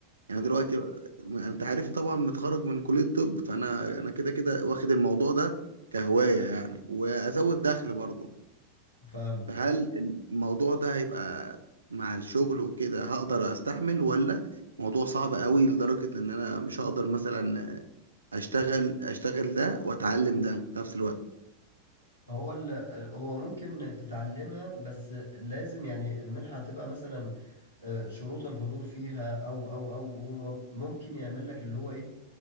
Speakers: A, on the right; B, on the left.
A: يعني دلوقتي انت عارفني طبعا متخرج من كلية الطب فانا انا كده كده واخد الموضوع ده كهواية يعني وازود دخل برضه
B: فاهمك
A: فهل الموضوع ده هيبقى مع الشغل وكده هقدر استحمل ولا موضوع صعب قوي لدرجة ان انا مش هقدر مثلا اشتغل اشتغل ده واتعلم ده في نفس الوقت
B: هو ال... هو ممكن تتعلمها بس لازم يعني المنحة هتبقى مثلا آه، شروط الحضور فيها او او او هو ممكن يعمل لك اللي هو ايه